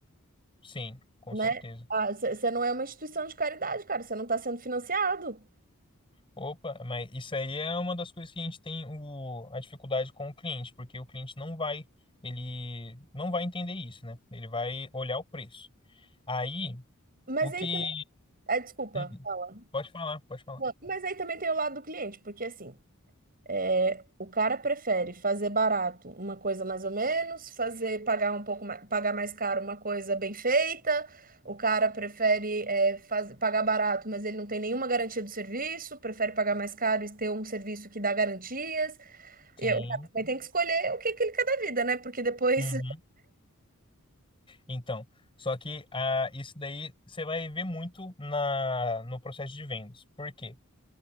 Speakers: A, on the left; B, on the right.
A: Sim, com
B: né?
A: certeza.
B: Ah, Você você não é uma instituição de caridade, cara, você não está sendo financiado.
A: Opa, mas isso aí é uma das coisas que a gente tem o, a dificuldade com o cliente, porque o cliente não vai, ele não vai entender isso, né? Ele vai olhar o preço. Aí
B: Mas
A: O
B: aí
A: que.
B: também. Ah, desculpa,
A: Hum,
B: fala.
A: pode falar, pode falar.
B: Não, mas aí também tem o lado do cliente, porque assim, é, o cara prefere fazer barato uma coisa mais ou menos, fazer pagar um pouco mais, pagar mais caro uma coisa bem feita. O cara prefere é, faz- pagar barato, mas ele não tem nenhuma garantia do serviço, prefere pagar mais caro e ter um serviço que dá garantias. Eu,
A: Sim.
B: o cara também tem que escolher o que que ele quer da vida, né? Porque depois
A: Uhum. Então, só que ah, isso daí você vai ver muito na, no processo de vendas. Por quê?